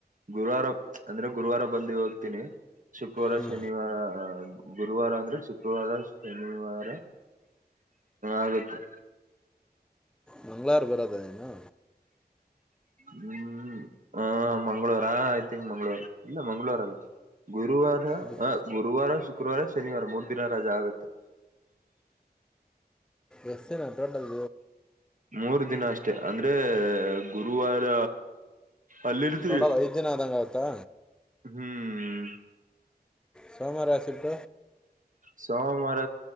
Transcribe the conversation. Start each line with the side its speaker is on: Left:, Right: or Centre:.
Right: ಗುರುವಾರ ಅಂದ್ರೆ ಗುರುವಾರ ಬಂದು ಹೋಗ್ತೀನಿ ಶುಕ್ರವಾರ
Centre: ಹ್ಞೂ
Right: ಶನಿವಾರ ಗುರುವಾರ ಅಂದ್ರೆ ಶುಕ್ರವಾರ ಶನಿವಾರ ಆಗುತ್ತೆ
Centre: ಮಂಗ್ಗಳಾರು ಬರೋದ ನೀೇನು
Right: ಹ್ಮ್ ಆ ಮಂ್ಗಳವಾರ ಆಯ್ತ ಮಂ್ಗಳವಾರ ಇಲ್ಲ ಮಂಗಳವಾರ ಅಲ್ಲ ಗುರುವಾರ
Centre: ಬು-
Right: ಗುರುವಾರ ಶುಕ್ರವಾರ ಶನಿವಾರ ಮೂರ್ ದಿನ ರಜಾ ಆಗುತ್ತೆ
Centre: ಎಷ್ಟು ದಿನ ಟೋಟಲ್
Right: ಮೂರ್ ದಿನ ಅಷ್ಟೆ ಅಂದ್ರೆ ಗುರುವಾರ ಅಲ್ಲರಿತಿ
Centre: ಟೋಟಲ್ ಐದು ದಿನ ಆದಂಗೆ ಆಗುತ್ತಾ
Right: ಹ್ಮ್ ಹ್ಮ್
Centre: ಸೋಮಾರ ಆಾಸಿಟ್ಟ.
Right: ಸೋಮವಾರ